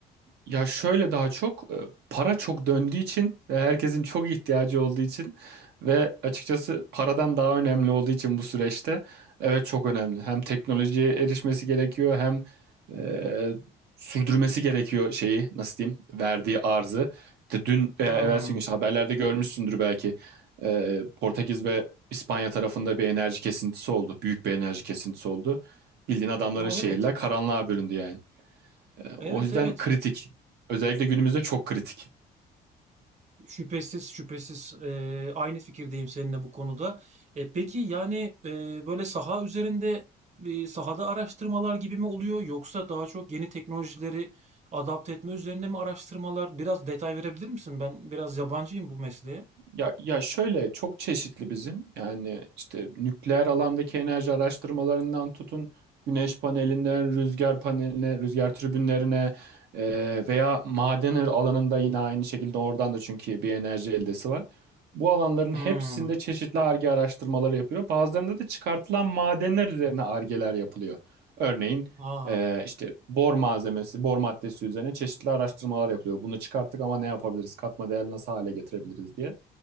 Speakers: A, on the right; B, on the right.
A: Ya şöyle daha çok e, para çok döndüğü için ve herkesin çok ihtiyacı olduğu için ve açıkçası paradan daha önemli olduğu için bu süreçte evet çok önemli. Hem teknolojiye erişmesi gerekiyor hem e, sürdürmesi gerekiyor şeyi nasıl diyeyim verdiği arzı. İşte dün
B: Hmm.
A: veya evvelsi gün işte haberlerde görmüşsündür belki e, Portekiz ve İspanya tarafında bir enerji kesintisi oldu. Büyük bir enerji kesintisi oldu. Bildiğin adamların
B: Aa
A: şehirler
B: evet.
A: karanlığa büründü yani. E, O
B: Evet
A: yüzden
B: evet
A: kritik. Özellikle günümüzde çok kritik.
B: şüphesiz şüphesiz eee, aynı fikirdeyim seninle bu konuda. E, peki yani eee, böyle saha üzerinde e, sahada araştırmalar gibi mi oluyor yoksa daha çok yeni teknolojileri adapte etme üzerine mi araştırmalar? Biraz detay verebilir misin? Ben biraz yabancıyım bu mesleğe.
A: Ya, ya şöyle çok çeşitli bizim yani işte nükleer alandaki enerji araştırmalarından tutun güneş panelinden rüzgar paneline rüzgar tribünlerine e, veya maden alanında yine aynı şekilde oradan da çünkü bir enerji eldesi var. Bu alanların
B: Hmm.
A: hepsinde çeşitli arge araştırmaları yapıyor. Bazılarında da çıkartılan madenler üzerine argeler yapılıyor. Örneğin
B: Aa.
A: e, işte bor malzemesi, bor maddesi üzerine çeşitli araştırmalar yapılıyor. Bunu çıkarttık ama ne yapabiliriz? Katma değer nasıl hale getirebiliriz diye.